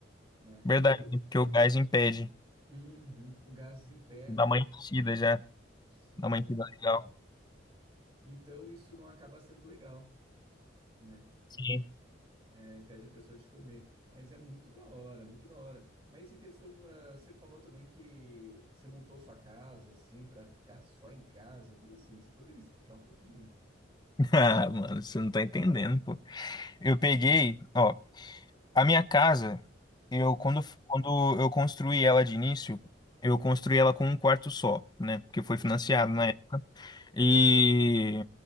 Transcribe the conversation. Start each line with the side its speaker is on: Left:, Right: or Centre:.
Right: né?
Left: Verdade,
Right: Por...
Left: né? porque o gás impede.
Right: Uhum, o gás impede.
Left: Dá uma enchida já,
Right: Sim.
Left: dá uma enchida legal.
Right: Então isso não acaba sendo legal, né?
Left: Sim.
Right: É, impede a pessoa de comer. Mas é muito da hora, muito da hora. Mas em questão, ah, você falou também que você montou sua casa assim pra ficar só em casa. Como assim? Você poderia me explicar um pouquinho?
Left: <laughs> Ah, mano, você não tá entendendo, pô. Eu peguei, ó, a minha casa, eu
Right: Hum,
Left: quando quando eu construí ela de início, eu construí ela com um quarto só, né? Porque foi financiado,
Right: sim.
Left: né? E